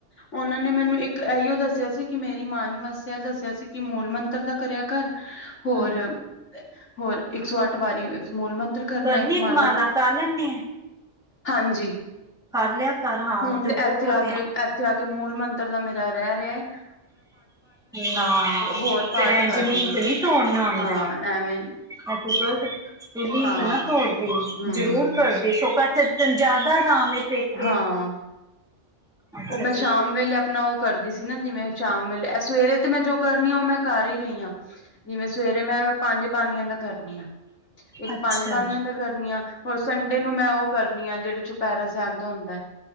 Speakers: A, on the left; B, in the centre.
A: ਉਹਨਾਂ ਨੇ ਮੈਨੂੰ ਇੱਕ ਇਹੀਓ ਦੱਸਿਆ ਦੱਸਿਆ ਸੀ ਕਿ ਮੇਰੀ ਮਾਂ ਹੀ ਵਾਸਿਆ ਦੱਸਿਆ ਸੀ ਕਿ ਮੂਲ ਮੰਤਰ ਦਾ ਕਰਿਆ ਕਰ ਹੋਰ
B: ਹੂੰ
A: ਹੋਰ ਇੱਕ ਸੌ ਅੱਠ ਵਾਰੀ ਮੂਲ ਮੰਤਰ ਕਰਨਾ
B: ਕਰਨੀ
A: ਇੱਕ
B: ਇੱਕਮਾਲਾ
A: ਮਾਲਾ
B: ਕਰ ਲੈਂਦੀ ਆ
A: ਹਾਂਜੀ
B: ਕਰ ਲਿਆ ਕਰ ਹਾਂ
A: ਹੁਣ ਤੇ
B: ਬਹੁਤ
A: ਇੱਥੇ
B: ਵਧੀਆ
A: ਆ ਕੇ ਉੱਥੇ ਆ ਕੇ ਮੂਲ ਮੰਤਰ ਦਾ ਮੇਰਾ ਰਹਿ ਰਿਹਾਏ
B: ਨਾ
A: ਹੋਰ ਪਾਠ
B: ਫਿਰ ਐਜਲੀਕ
A: ਕਰ ਰਹੀ ਹਾਂ
B: ਨੀ ਤੋੜਨਾ ਆਉਂਦਾ
A: ਹਾਂ ਐਵੇਂ
B: ਆਪ ਤੂੰ ਗ਼ਲਤ ਤੇ ਡੇਲੀ
A: ਹਾਂ
B: ਨਾ ਤੋੜਦੇ
A: ਹੂੰ
B: ਜ਼ਰੂਰ ਕਰ ਇੱਕ ਸੌ ਪੈਂਤੀ ਦਿਨ ਜ਼ਿਆਦਾ ਆਰਾਮ ਹੈ ਪੇਕੇ
A: ਹਾਂ
B: ਅੱਛਾ
A: ਉਹ ਮੈਂ
B: ਅੱਛਾ
A: ਸ਼ਾਮ ਵੇਲੇ ਆਪਣਾ ਉਹ ਕਰਦੀ ਸੀ ਨਾ ਜਿਵੇਂ ਸ਼ਾਮ ਵੇਲੇ ਸਵੇਰੇ ਤੇ ਮੈਂ ਜੋ ਕਰਨੀ ਆ ਉਹ ਮੈਂ ਕਰ ਹੀ ਰਹੀ ਹਾਂ ਜਿਵੇਂ ਸਵੇਰੇ ਮੈਂ ਪੰਜ ਬਾਨੀਆਂ ਦਾ ਕਰ ਨਹੀਂ ਆ ਇੱਕ
B: ਅੱਛਾ
A: ਪੰਜ ਬਾਣੀਆਂ ਦਾ ਕਰਨੀ ਆ ਹੋਰ ਸੰਡੇ ਨੂੰ ਮੈਂ ਉਹ ਕਰਨੀ ਆ ਜਿਹੜੇ ਚੁਪਹਿਰਾ ਸਾਹਿਬ ਦਾ ਹੁੰਦਾ